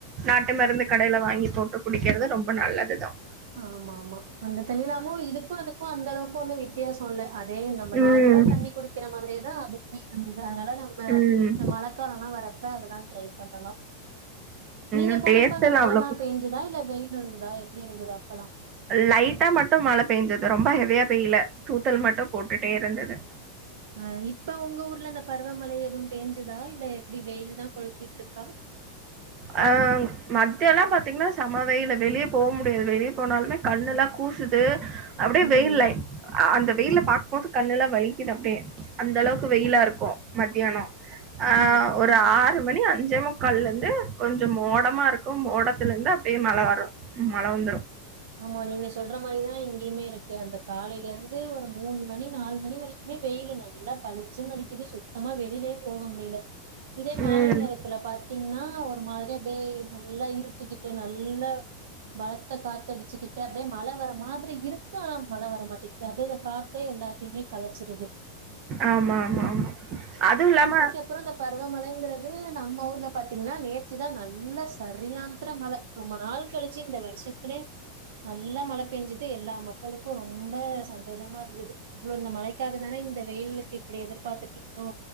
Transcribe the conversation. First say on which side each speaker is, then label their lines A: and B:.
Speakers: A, on the right; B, on the right.
A: நாட்டு மருந்து கடையில வாங்கி போட்டு குடிக்கிறது ரொம்ப நல்லதுதான்
B: ஆமாமா அந்த தண்ணி இல்லாமு இதுக்கும் அதுக்கும் அந்த அளவுக்கு வந்து வித் ய‌சொல்ல அதே நம்ம
A: ம்
B: நார்மலா தண்ணி குடிக்க வைக்கிற மாதிரியேதான் அதுவுமே இருந்தது அதனால நம்ம
A: ம்
B: இந்த மழைக்காலல்லாம் வரப்ப அதெல்லாம் ட்ரை பண்ணலாம் நீங்க
A: ம்
B: போனப்ப
A: டேஸ்ட்
B: அங்க
A: எல்லா
B: மழைல்லாம்
A: அவ்ளோக்கு
B: பெஞ்சுதா இல்ல வெயில் இருந்ததா எப்படி இருந்ததா அப்பல்லாம்
A: லைட்டா மட்டும் மழை பெஞ்சது ரொம்ப ஹெவியா பெய்யல தூத்தல் மட்டும் போட்டுட்டே இருந்தது
B: அ இப்ப உங்க ஊர்ல இந்த பருவமழை எதுவனம் பெஞ்சுதா இல்ல எப்படி வெயில் தான் கொளுத்திட்டுருக்கா
A: அ மத்தியோல்லா பாத்தீங்கன்னா செம வெயிலு வெளிய போ முடியாது வெளிய போனாலுமே கண்ணெல்லாம் கூசுது அப்டியே
B: ம்
A: வெயில்ல அந்த வெயில பாக்கும்போது கண்ணுல்லாம் வலிக்குது அப்படியே அந்த அளவுக்கு வெயிலா இருக்கும் மத்தியானம் ஆ
B: ம்
A: ஒரு ஆறு மணி அஞ்சே முக்கால்லருந்து து கொஞ்சோ மோடமா இருக்கு மோடத்துல இருந்து அப்டியே மழை வரு மழை வந்துரு
B: ஆமா நீங்க சொல்ற மாதிரிதான் இங்கேயுமே இருக்கு அந்த காலைலருந்து ஒரு மூணு மணி நாலு மணி வரைக்குமே வெயில் நல்லா பளிச்சுன்னு அடிக்குது சுள்ளு மொத்தமா வெளிலே போக முடில இதே
A: ம்.
B: மாலை நேரத் இத்துல பாத்தீங்ன்னா ஒரு மாரி டே நல்லா இருட்டிக்கிட்டு நல்லா பலத்த காத்தடிச்சுக்கிட்டு அப்படியே மழை வர மாதிரி இருக்கு ஆனா மழை வர மாட்டேங்குது அப்படியே அத கா எல்லாத்தையுமே கலைச்சிருது
A: ஆமாமாமா அதும் இல்லாம
B: அப்றம் இந்த பருவமழைங்கிறது நம்ம ஊர்ல பாத்தீங்கன்னா நேத்துதான் நல்லா சரியான்ந்தர மழை ரொம்ப நாள் கழிச்சு இந்த வருஷத்துலே நல்லா மழ பெஞ்சுது எல்லா மக்களுக்கு ரொம்ப சந்தோஷமா இருந்தது இவ்ளோ இந்த மழைக்காக தான இந்த வெயிலுக்கு இப்டி எதிர்பார்த்துட்ருந்தோ